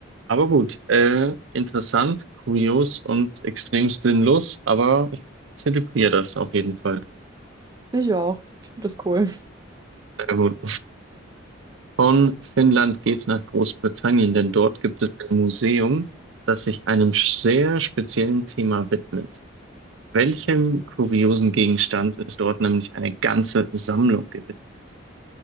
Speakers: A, on the right (about 70°); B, on the right (about 20°).
A: Aber gut, äh, interessant, kurios und extrem sinnlos, aber ich zelebriere das auf jeden Fall.
B: Ich auch. Ich finde das cool.
A: Sehr gut. Von Finnland geht's nach Großbritannien, denn dort gibt es ein Museum, das sich einem sehr speziellen Thema widmet. Welchem kuriosen Gegenstand ist dort nämlich eine ganze Sammlung gewidmet?